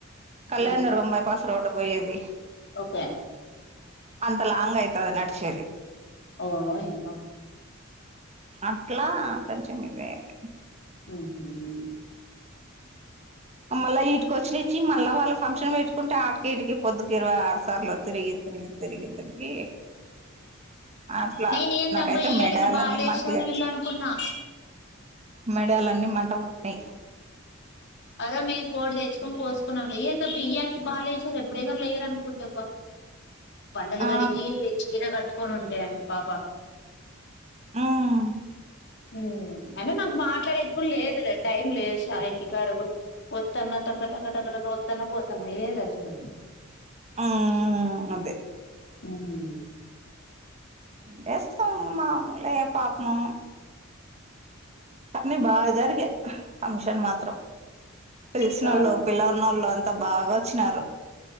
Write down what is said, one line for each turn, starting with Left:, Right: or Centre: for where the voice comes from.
Right: కళ్యాణదర్గం
Left: ఉమ్
Right: బై పాస్ రోడ్డు పో ఏది
Left: ఓకే
Right: అంత లాంగ్ అయితది నడిచేది
Left: ఓయమ్మ
Right: అట్లా ఖంచెం ఇద అయింది
Left: ఊహూ ఏమి
Right: మల్ల ఈట్ వచ్చినిచ్చి మళ్ళ వాళ్ళ ఫంక్షన్ పెట్టుకుంటే ఆ ఈటికి పోదు ఇరవై ఆరు సార్లు తిరిగి తిరిగి తిరిగి తిరిగి అట్లా
Left: నేనే ఏందబ్బా
Right: నాకైతే
Left: ఈ
Right: మెడాలన్నీ
Left: అళకి బాలేశ్వరి
Right: మంటలే
Left: వెళ్ళు అనుకున్నా
Right: మెడాలన్నీ మంట పుట్నై
Left: ఆరోజు మేము కోడి తెచ్చుకొని కోసుకున్నాం లే ఏందబ్బా ఇయాల కే బాలేసి ర్రు ఎప్పుడేగాని లేయరు అనుకుంటబ్బ బండలుగడిగి
Right: ఆ
Left: చీర క తెసుకొని ఉంటా పాపా
Right: హ్మ్
Left: హ్మ్ ఆయన నాకు మాట్లాడేకు లేదు లే టైం లేదు షా ఇంటికాడ కూడా వత్తన్న టక్క టక్క టక్క ట వత్తన్న పోతున్నా ఇదే సరిపోయింది
Right: హ్మ్మ్ అదే
Left: ఉమ్
Right: యేస్తా మాములే పాపము కానీ బాగా జరిగే ఫంషన్ మాత్రం పిలిసిన
Left: చాలా
Right: వాళ్ళు పిలన వాళ్ళు అంతా బాగా వచ్చినారు